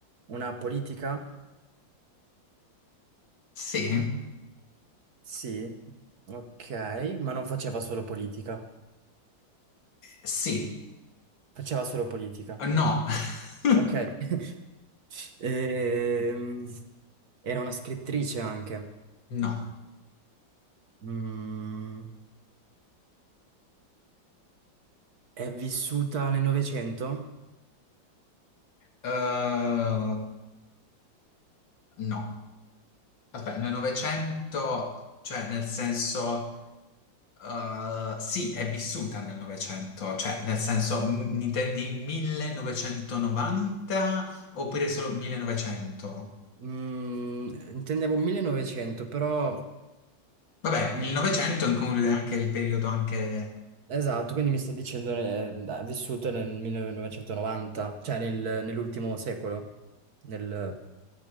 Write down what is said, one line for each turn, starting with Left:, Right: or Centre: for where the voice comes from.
Right: Una politica?
Left: Sì,
Right: Sì, ok, ma non faceva solo politica.
Left: sì,
Right: Faceva solo politica.
Left: no, <laughs>
Right: Ok. <laughs> Ehm, era una scrittrice anche.
Left: no.
Right: Mm, è vissuta nel Novecento?
Left: Eh, no. Aspetta, nel Novecento, cioè nel senso, eh, sì, è vissuta nel Novecento, cioè nel senso, m- intendi 1990 oppure solo 1900?
Right: Mm, intendevo 1900, però...
Left: Vabbè,
Right: mm,
Left: il Novecento include anche il periodo anche...
Right: esatto, quindi mi stai dicendo eh, ha vissuto nel 1990, cioè nel- nell'ultimo secolo, nel-